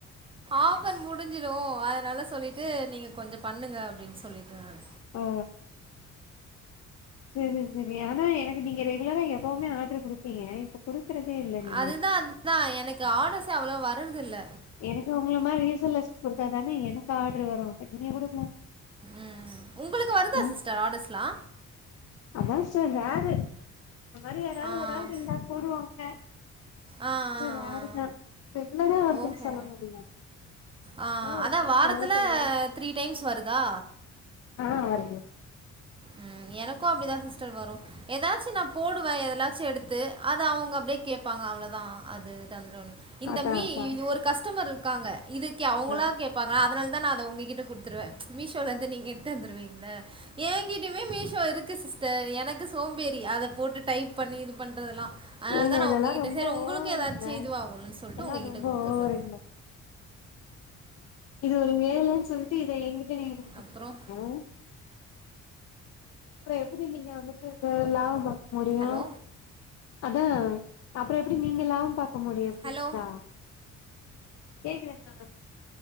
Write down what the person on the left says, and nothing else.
ஓ சேரி சேரி ஆனா எனக்கு நீங்க ரெகுலரா எப்பவுமே ஆர்டர் குடுப்பீங்க இப்ப குடுக்குறதே இல்ல நீங்க
எனக்கு உங்கள மாரி ரீசல்ஸ் குடுத்தா தானே எனக்கு ஆர்டர் வரு நீங்க கூட
ம்
அதா சிஸ்டர் வேற இந்த மாரி யாராவது
ஒரு ஆள் நின்னா போடுவாங்க
கொஞ்ச ரருதா
ரெகுலரா வருதுன்னு
சொல்ல முடியாது
சும்மா ஒரு
கேஸ்
அளவுக்கு வரு
ஆ வருது
அதா
அதா
ஆ
ஏங்க
இதெல்லா
ரொம்ப
ஓவருங்க
இதெல்லா
ரொம்ப
ஓவருங்க இது ஒரு வேலன்னு சொல்ட்டு இத எங்கிட்ட நீ குடுத்து வச்சிருக்கீங்க
அப்றோ எப்டி நீங்க வந்துட்டு லாபம் பாக்க முடியு
அதா அப்றோ எப்டி நீங்க லாபம் பாக்க முடியு இப்டி
இருந்தா கேக்ற நா